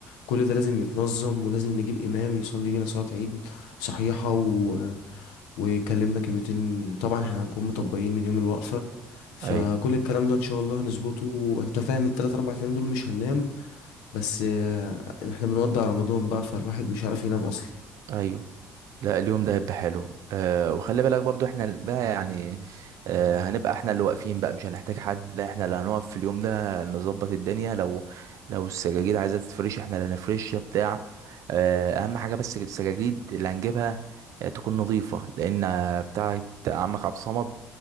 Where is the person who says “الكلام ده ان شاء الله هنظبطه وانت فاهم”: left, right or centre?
Left